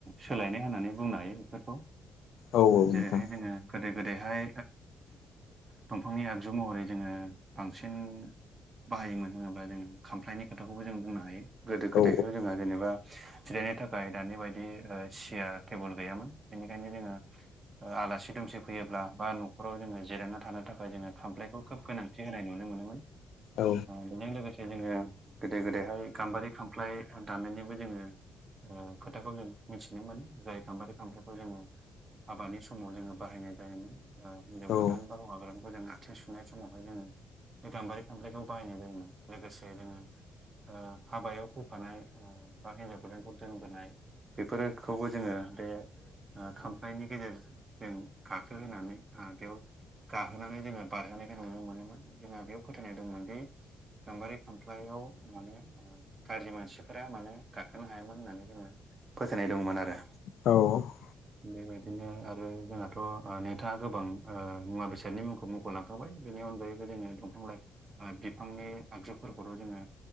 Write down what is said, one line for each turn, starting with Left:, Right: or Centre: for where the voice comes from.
Right: सोलायनाय होननानै बुंनो हायो बेफोरखौ।
Left: औ औ नोंथां
Right: जेरैहाय जोङो गोदो गोदायहाय दंफांनि आगजु महरै जोङो बांसिन बाहायोमोन होनोब्ला जोङो खामफ्लायनि खोथाखौबो जों बुंनो हायो गोदो गोदायहायाव
Left: औ
Right: जोङो जेनेबा जिरायनो थाखाय दानि बायदि सियार टेबोल गैयामोन बेनिखायनो जोङो ओ आलासि दुमसि फैयोब्ला बा न'खराव जोङो जिरायना थानो थाखाय थाखाय जोङो खामफ्लायखौ खोब गोनांथि होनाय नुनो मोनोमोन
Left: औ
Right: बेजों लोगोसे जोङो गोदो गोदायहाय गाम्बारि खामफ्लाय दाननायनिबो जोङो ओ खोथाखौ जों मिथिनो मोनो जाय गाम्बारि खाम्फलाइखौ जोङो हाबानि समाव जोङो बाहायनाय जायोमोन ओ हिनजाव
Left: औ
Right: गोदान ब आगोरानखौ जों आथिं सुनाय समावाय जोङो बे गाम्बारि फिफांखौ बाहायनाय जायोमोन लोगोसे जोङो ओ हाबायाव फैफानाय बा हिन्जाव गोदानखौ दोनबोनाय बेफोरखौबो जोङो बे खामफ्लायनि गेजेरजों जों गाखो होनानै आ बेयाव गाखोनानै जोङो बारहोनायखौ नुनो मोनोमोन जोंहा बेयाव फोथायनाय दंमोनदि गामबारि फामफ्लायाव गाज्रि मानसिफोरा माने गाखोनो हायामोन होननानै जोङो फोथायनाय दंमोन आरो
Left: औ
Right: बेबायदिनो आरो जोंहाथ' नोंथाङा गोबां ओ मुवा बेसादनि मुंखौ मुं गलाब खाबाय बेनि अनगायैबो जोङो दंफां लाइफां बिफांनि आगजुफोरखौथ' जोङो